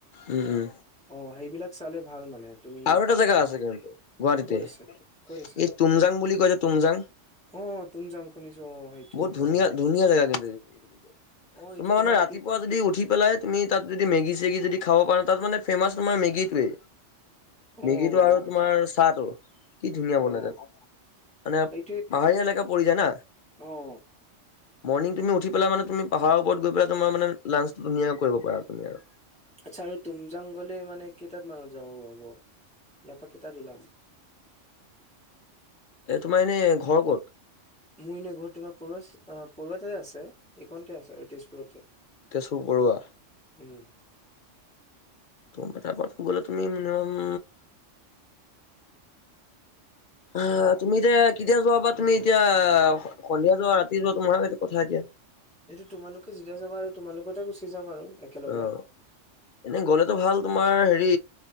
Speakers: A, on the left (about 55°); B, in the centre.
A: উম উম।
B: অঁ, সেইবিলাক চালে ভাল মানে। তুমি
A: আৰু এটা
B: তাত
A: জেগা
B: খা
A: আছে কিন্তু গুৱাহাাটীতে
B: ক'ত আছে? ক'ত আছে?
A: এই তুমজাং বুলি কৈ যে তুমজাং।
B: অ' তুমজাং শুনিছো অ' সেইটো
A: বহুত
B: সেইটো
A: ধুনীয়া
B: অ'।
A: ধুনীয়া জেগা কিন্তু সেইটো।
B: অ' এইটো
A: তোমাৰ মানে
B: পিক
A: যদি উঠি পেলাই তুমি তাত যদি মেগি চেগি যদি খাব পৰা, তাত মানে ফেমাচ তোমাৰ মেগীটোৱে।
B: অ'
A: মেগীটো
B: গম
A: আৰু
B: পাইছো
A: তোমাৰ চাহ টো, কি ধুনীয়া
B: অ'
A: বনাই তাত। মানে,
B: সেইটোৱে
A: পাহাৰীয়া এলেকা পৰি যায় না।
B: অ'
A: মৰ্নিং তুমি উঠি পেলাই মানে তুমি পাহাৰৰ ওপৰত গৈ পেলাই তোমাৰ মানে লাঞ্চ ধুনাকৈ কৰিব পাৰা তুমি আৰু।
B: আচ্ছা আৰু তুমজাং গ'লে মানে কেইটাত মানত যাব হ'ব ইয়াৰপা কেইটাত মানত ওলাম।
A: এ তোমাৰ এনে ঘৰ ক'ত?
B: মোৰ এনে ঘৰ তোমাৰ পৰৱা পৰোৱাতে আছে, এইকণতে আছে আৰু তেজপুৰতে।
A: তেজপুৰ পৰোৱা?
B: উম।
A: তোমালোকৰ তাৰ পৰা গ'লে মিনিমাম অ', তুমি এতিয়া কেতিয়া যোৱা বা তুমি এতিয়া সন্ধিয়া যোৱা, ৰাতি যোৱা তোমাৰ কথা এতিয়া।
B: এইটো তোমালোকে যেতিয়া যাবা আৰু তোমালোকৰ লগতে গুচি যাম আৰু। একেলগে
A: অ', এনেই গ'লেতো ভাল তোমাৰ হেৰি